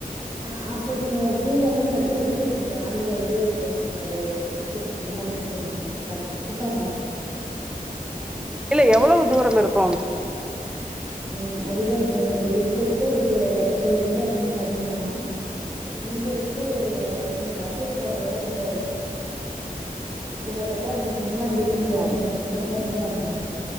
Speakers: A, on the right; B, in the centre.
A: ஆ அப்போ நீங்க பூவெல்லா கட்டி எப்டி நீங்க வாங்கிட்டு வந்து நீங்க அத பண்ணிக்கிறீங்க கட்டி குடுப்பாங்க
B: இல்ல எவ்வளவு தூரம் இருக்கும்
A: ம் அதுதா இப்ப இப்ப இப்ப இருக்கக்கூடிய இடத்துல இருந்து அப்டின்னு பாத்தீங்கன்னா இங்க இருந்து நீங்க பஸ் ஏறி போறது வர இந்த கிட்டதட்ட இந்த பங்கா வீடு அதுக்கு
B: ம்
A: பக்கத்துலதா இருக்குறாங்க